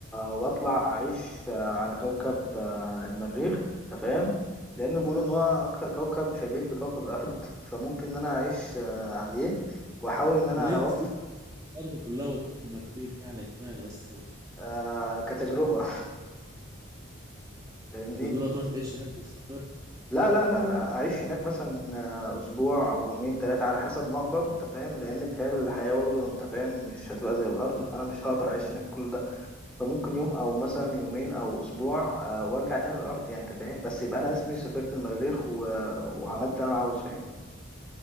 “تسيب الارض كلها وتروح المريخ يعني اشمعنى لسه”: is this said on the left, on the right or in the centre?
Right